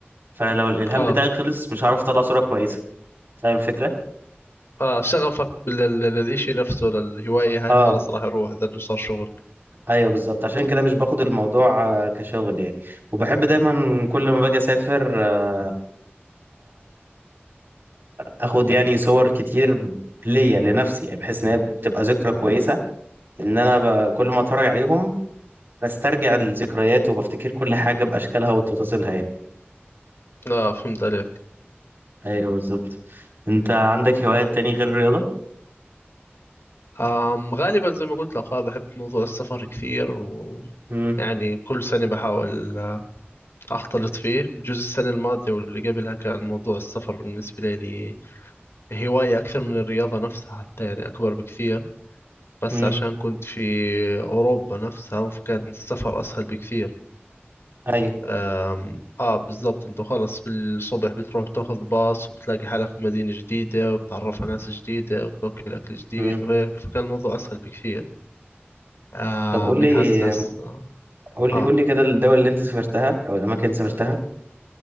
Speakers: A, on the right; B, on the left.
A: فانا لو الالهام
B: اه
A: بتاعي خلص مش هعرف اطلع صوره كويسه فاهم الفكره؟
B: اه شغفك بال- لل- للإشي نفسه للهواية هاي
A: اه
B: خلاص راح يروح اذا إنه صار شغل
A: ايوه بالظبط عشان كده مش باخد الموضوع آه، كشغل يعني وبحب دايما كل ما باجي اسافر آه، اخد يعني صور كتير ليا لنفسي يعني بحيث ان هي بتبقى ذكرى كويسه ان انا ب... كل ما اتفرج عليهم بسترجع الذكريات وبفتكر كل حاجه باشكالها وتفاصيلها يعني
B: اه فهمت عليك
A: ايوه بالظبط انت عندك هوايات تاني غير الرياضه
B: آم غالبا زي ما قلت لك اه بحب موضوع السفر كثير و
A: امم
B: يعني كل سنة بحاول آه، أختلط فيه بجوز السنة الماضية واللي قبلها كان موضوع السفر بالنسبة لي هواية أكثر من الرياضة نفسها حتى يعني أكبر بكثير بس
A: امم
B: عشان كنت في أوروبا نفسها فكان السفر أسهل بكثير
A: ايوه
B: أم آه بالضبط أنت خلص بالصبح بتروح تاخذ باص وبتلاقي حالك في مدينة جديدة وبتعرف على ناس جديدة وبتاكل أكل جديد
A: امم
B: وهيك فكان الموضوع أسهل بكثير آه
A: طب قول
B: من
A: لي
B: هسه هسه آه
A: قول
B: آه
A: لي قول لي كده الدول اللي انت سافرتها او الاماكن اللي سافرتها